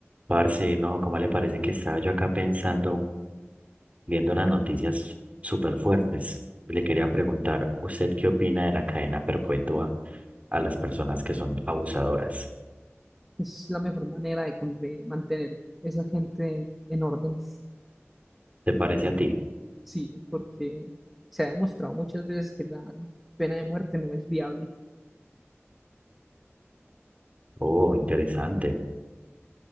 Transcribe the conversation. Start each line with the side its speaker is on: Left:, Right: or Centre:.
Right: Parce, no, ¿cómo le parece que estaba yo acá pensando, viendo unas noticias súper fuertes? Le quería preguntar, ¿usted qué opina de la cadena perpetua a las personas que son abusadoras?
Centre: Es la mejor manera de, con- de mantener esa gente en orden.
Right: ¿Te parece a ti?
Centre: Sí, porque se ha demostrado muchas veces que la pena de muerte no es viable,
Right: Oh, interesante.